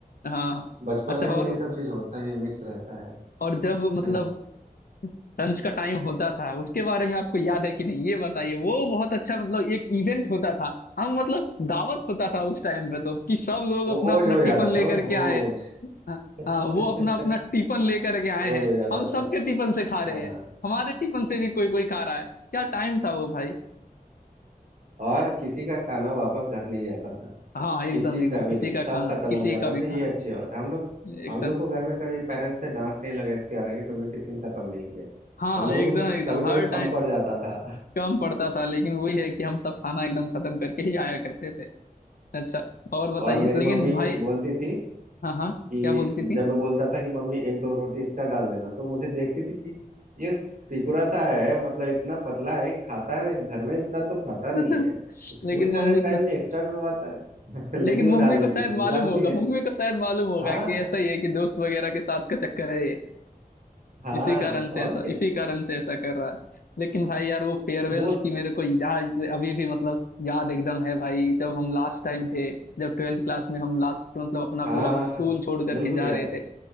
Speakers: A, on the left (about 70°); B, on the right (about 55°).
A: हाँ हाँ।
B: बचपने
A: अच्छा
B: में
A: और
B: ये सब चीज होता है ये मिक्स रहता है
A: और जब मतलब
B: है ना
A: लंच का टाइम होता था उसके बारे में आपको याद है कि नहीं ये बताइए वो बहुत अच्छा मतलब एक इवेंट होता था हम मतलब दावत होता था उस टाइम पे तो कि सब लोग
B: बोझ
A: अपना अपना
B: हो जाता
A: टिफिन लेकर
B: था वो बोझ
A: के आए हाँ हाँ,
B: <laughs>
A: वो अपना अपना टिफिन लेकर के आए
B: बोझ
A: हैं
B: हो जाता
A: हम
B: था
A: सबके टिफिन से खा रहे
B: हाँ
A: हैं हमारे टिफिन से भी कोई कोई खा रहा है क्या टाइम था वो भाई
B: और किसी का खाना वापस घर नहीं जाता था
A: हाँ एकदम
B: किसी
A: एकदम
B: का भी
A: किसी
B: नहीं
A: का
B: सब
A: खाना
B: खत्म
A: किसी
B: हो जाता
A: का भी
B: था
A: खाना
B: ये अच्छी बात है हम लोग
A: एकदम
B: हम लोग को घर में कभी पेरेंट्स से डांट नहीं लगा इसके आने कि तुमने टिफिन खत्म नहीं किया
A: हाँ
B: हम
A: हाँ
B: लोगों
A: एकदम
B: को तो कुछ
A: एकदम
B: कभी कभी
A: हर
B: कम
A: टाइम
B: पड़ जाता था
A: कम पड़ता था लेकिन वही है कि हम सब खाना एकदम खत्म करके ही आया करते थे अच्छा
B: <laughs>
A: और बताइए
B: और मेरी
A: लेकिन
B: मम्मी
A: भाई
B: बोलती थी
A: हाँ हाँ
B: कि
A: क्या बोलती थी
B: जब मैं बोलता था कि मम्मी एक दो रोटी एक्स्ट्रा डाल देना तो मुझे देखती थी कि ये सिकुड़ा सा है मतलब इतना पतला है खाता है ना घर में इतना तो खाता नहीं
A: <laughs>
B: है
A: लेकिन
B: स्कूल जाने
A: मम्मी
B: टाइम
A: को
B: में एक्स्ट्रा डलवाता है <laughs> लेकिन
A: लेकिन
B: वो
A: मम्मी
B: डाल देती
A: को शायद
B: थी वो
A: मालूम
B: जानती
A: होगा
B: है
A: मम्मी को शायद मालूम होगा
B: हाँ
A: कि
B: हाँ।
A: ऐसा ही है कि दोस्त वगैरह के साथ का चक्कर है ये
B: हाँ
A: इसी कारण
B: और
A: से ऐसा
B: क्या
A: इसी कारण से ऐसा कर रहा है लेकिन भाई यार वो फेयरवेल्स
B: वो
A: की मेरे को याद अभी भी मतलब याद एकदम है भाई जब हम लास्ट टाइम थे जब ट्वेल्थ क्लास में हम लास्ट मतलब अपना
B: हाँ
A: पूरा स्कूल छोड़ करके
B: बिल्कुल
A: जा
B: याद
A: रहे
B: है
A: थे
B: यार